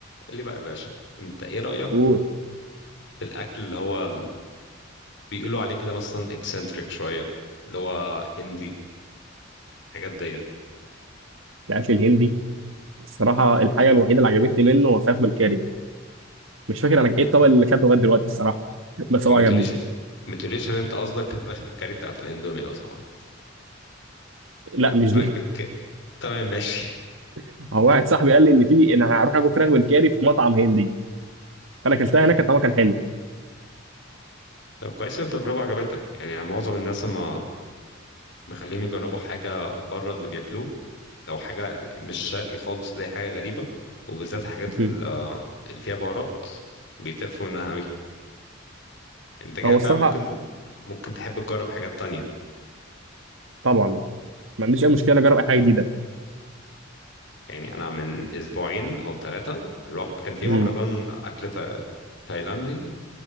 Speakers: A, on the left; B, on the right.
A: قول لي بقى يا باشا انت ايه رأيك
B: اوه
A: في الاكل اللي هو ال- بيقولوا عليه كده مثلا اكسنتريك شوية اللي هو هندي حاجات ديت
B: الاكل الهندي الصراحه الحاجه الوحيده اللي عجبتني منه هو فراخ بالكاري مش فاكر انا ايه الطبق اللي اكلته لغايه دلوقتي الصراحه <laughs> بس هو
A: ما
B: عجبني
A: تقوليش ما تقوليش ان انت قصدك الفراخ بالكاري بتاعت الاندومي لو سمحت
B: لا مش
A: فراخ
B: دي
A: بالك تمام ماشي
B: <laughs> هو واحد صاحبي قال لي ان في انا هروح اكل فراخ بالكاري في مطعم هندي فانا اكلتها هناك طبعا كان حلو
A: طب كويس ان التجربة عجبتك يعني معظم الناس ما مخليهم يجربوا حاجة بره اللي بياكلوه لو حاجة مش شرقي خالص اللي هي حاجة غريبة وبالذات الحاجات ال-
B: مم.
A: آه، اللي فيها بهارات بيتقرفوا منها قوي انت كده
B: هو الصراحه
A: فعلا ممكن ممكن تحب تجرب حاجات تانية
B: طبعا ما عنديش اي مشكله اجرب اي حاجه جديده
A: يعني انا من اسبوعين او ثلاثه رحت كان في
B: مم.
A: مهرجان اكل تا- تايلاندي